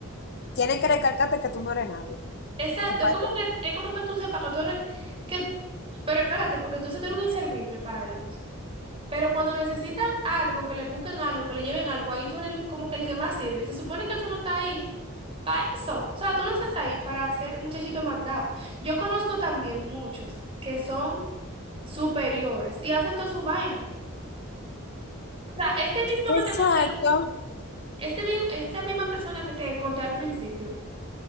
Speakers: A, on the left; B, on the right.
A: tienen que recalcarte que tú no eres nadie,
B: Exacto,
A: que parece
B: es como que, es como que tú sepas que tú eres, que, pero espérate, porque entonces tú eres un inservible para ellos. Pero cuando necesitan algo, que le busquen algo, que le lleven algo, ahí tú eres el- como que el que más sirve. Y se supone que tú no estás ahí para eso. O sea, tú no estás ahí para ser muchachito mandado. Yo conozco también muchos que son superiores y hacen toda su vaina. O sea, este mismo
A: Exacto.
B: que te conté, al- este, mi- esta misma persona que te conté al principio,